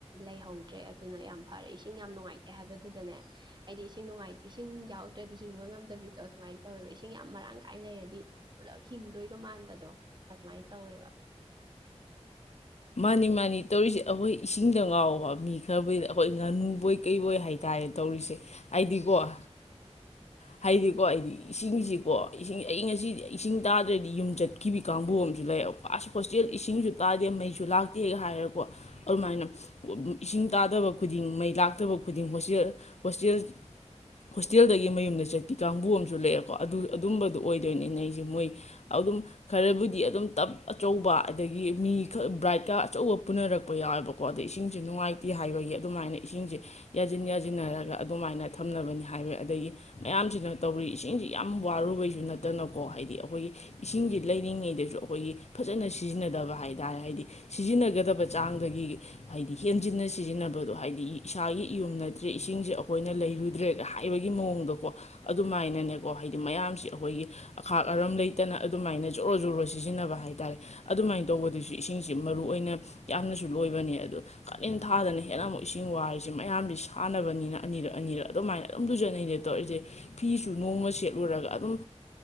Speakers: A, on the right; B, on the left.
A: ꯂꯩꯍꯧꯗ꯭ꯔꯦ ꯑꯗꯨꯅ ꯌꯥꯝ ꯐꯔꯦ ꯏꯁꯤꯡ ꯌꯥꯝ ꯅꯨꯡꯉꯥꯏꯇꯦ ꯍꯥꯏꯕꯗꯨꯗꯅꯦ ꯑꯩꯗꯤ ꯏꯁꯤꯡ ꯏꯁꯤꯡ ꯌꯥꯎꯗ꯭ꯔꯗꯤ ꯍꯤꯡꯕ ꯉꯝꯗꯕꯤꯗꯣ ꯑꯗꯨꯃꯥꯏꯅ ꯇꯧꯋꯦꯕ ꯏꯁꯤꯡ ꯌꯥꯝ ꯃꯔꯥꯡ ꯀꯥꯏꯅ ꯂꯩꯔꯗꯤ ꯄꯨꯂꯞ ꯍꯤꯡꯗꯣꯏꯒ ꯃꯥꯟꯕꯗꯣ ꯑꯗꯨꯃꯥꯏꯅ ꯇꯧꯋꯦꯕ
B: ꯃꯥꯅꯤ ꯃꯥꯅꯤ ꯇꯧꯔꯤꯁꯦ ꯑꯩꯈꯣꯏ ꯏꯁꯤꯡꯗ ꯉꯥꯎꯕ ꯃꯤ ꯈꯕꯨꯗ ꯑꯩꯈꯣꯏ ꯉꯥꯅꯨꯕꯣꯏ ꯀꯩꯕꯣꯏ ꯍꯥꯏ ꯍꯥꯏꯇꯥꯔꯦ ꯇꯧꯔꯤꯁꯦ ꯑꯩꯗꯤꯀꯣ ꯍꯥꯏꯗꯤꯀꯣ ꯍꯥꯏꯗꯤ ꯏꯁꯤꯡꯁꯤꯀꯣ ꯏꯁꯤꯡ ꯑꯩ ꯉꯁꯤꯗꯤ ꯏꯁꯤꯡ ꯇꯥꯗ꯭ꯔꯗꯤ ꯌꯨꯝ ꯆꯠꯈꯤꯕ ꯀꯥꯡꯕꯨ ꯑꯃꯁꯨ ꯂꯩꯕ ꯑꯁ ꯍꯣꯁꯇꯦꯜ ꯏꯁꯤꯡꯁꯨ ꯇꯥꯗꯦ ꯃꯩꯁꯨ ꯁꯨ ꯂꯥꯛꯇꯦꯒ ꯍꯥꯏꯔꯀꯣ ꯑꯗꯨꯃꯥꯏꯅ ꯏꯁꯤꯡ ꯇꯥꯗꯕ ꯈꯨꯗꯤꯡ ꯃꯩ ꯂꯥꯛꯇꯕ ꯈꯨꯗꯤꯡ ꯍꯣꯁꯇꯦꯜ ꯍꯣꯁꯇꯦꯜ ꯍꯣꯁꯇꯦꯜꯗꯒꯤ ꯃꯌꯨꯝꯗ ꯆꯠꯈꯤ ꯀꯥꯡꯕꯨ ꯑꯃꯁꯨ ꯂꯩꯑꯦꯀꯣ ꯑꯗꯨ ꯑꯗꯨꯝꯕꯗꯨꯣ ꯑꯣꯏꯗꯣꯏꯅꯤ ꯅ ꯑꯩꯁꯦ ꯃꯣꯏ ꯑꯗꯨꯝ ꯈꯔꯕꯨꯗꯤ ꯑꯗꯨꯝ ꯇꯞ ꯑꯆꯧꯕ ꯑꯗꯒꯤ ꯃꯤ ꯕ꯭ꯔꯥꯏꯠꯀ ꯑꯆꯧꯕ ꯄꯨꯅꯔꯛꯄ ꯌꯥꯎꯋꯦꯕꯀꯣ ꯑꯗꯩ ꯏꯁꯤꯡꯁꯦ ꯅꯨꯡꯉꯥꯏꯇꯦ ꯍꯥꯏꯕꯒꯤ ꯑꯗꯨꯃꯥꯏꯅ ꯏꯁꯤꯡꯁꯦ ꯌꯥꯁꯤꯟ ꯌꯥꯁꯤꯟꯅꯔꯒ ꯑꯗꯨꯃꯥꯏꯅ ꯊꯝꯅꯕꯅꯤ ꯍꯥꯏꯕ ꯑꯗꯒꯤ ꯃꯌꯥꯝꯁꯤꯅ ꯇꯧꯔꯤ ꯏꯁꯤꯡꯁꯤ ꯌꯥꯝ ꯋꯥꯔꯨꯕꯩꯁꯨ ꯅꯠꯇꯅꯀꯣ ꯍꯥꯏꯗꯤ ꯑꯩꯈꯣꯏꯒꯤ ꯏꯁꯤꯡꯁꯤ ꯂꯩꯔꯤꯉꯩꯗꯁꯨ ꯑꯩꯈꯣꯏꯒꯤ ꯐꯖꯅ ꯁꯤꯖꯤꯟꯅꯗꯕ ꯍꯥꯏꯇꯥꯔꯦ ꯍꯥꯏꯗꯤ ꯁꯤꯖꯤꯟꯅꯒꯗꯕ ꯆꯥꯡꯗꯒꯤ ꯍꯥꯏꯗꯤ ꯍꯦꯟꯖꯤꯟꯅ ꯁꯤꯖꯤꯟꯅꯕꯗꯣ ꯍꯥꯏꯗꯤ ꯏꯁꯥꯒꯤ ꯏꯌꯨꯝ ꯅꯠꯇ꯭ꯔꯦ ꯏꯁꯤꯡꯁꯦ ꯑꯩꯈꯣꯏꯅ ꯂꯩꯔꯨꯗ꯭ꯔꯦ ꯍꯥꯏꯕꯒꯤ ꯃꯑꯣꯡꯗꯀꯣ ꯑꯗꯨꯃꯥꯏꯅꯅꯦ ꯍꯥꯏꯗꯤ ꯃꯌꯥꯝꯁꯤ ꯑꯩꯈꯣꯏꯒꯤ ꯑꯈꯥꯛ ꯑꯔꯝ ꯂꯩꯇꯅ ꯑꯗꯨꯃꯥꯏꯅ ꯖꯣꯔꯣ ꯖꯣꯔꯣ ꯁꯤꯖꯤꯟꯅꯕ ꯍꯥꯏꯇꯥꯔꯦ ꯑꯗꯨꯃꯥꯏꯅ ꯇꯧꯕꯗꯁꯨ ꯏꯁꯤꯡ ꯁꯦ ꯃꯔꯨꯑꯣꯏ ꯑꯣꯏꯅ ꯌꯥꯝꯅꯁꯨ ꯂꯣꯏꯕꯅꯦ ꯑꯗꯣ ꯀꯥꯂꯦꯟ ꯊꯥꯗꯅ ꯍꯦꯟꯅ ꯑꯃꯨꯛ ꯏꯁꯤꯡ ꯋꯥꯔꯤꯁꯦ ꯃꯌꯥꯝꯁ ꯁꯥꯟꯅꯕꯅꯤꯅ ꯑꯅꯤꯔꯛ ꯑꯅꯤꯔꯛ ꯑꯗꯨꯃꯥꯏꯅ ꯑꯗꯨꯝ ꯇꯨꯖꯟꯅꯩꯔꯦ ꯇꯧꯔꯛꯔꯤꯁꯦ ꯐꯤꯁꯨ ꯅꯣꯡꯃ ꯁꯦꯠꯂꯨꯔꯒ ꯑꯗꯨꯝ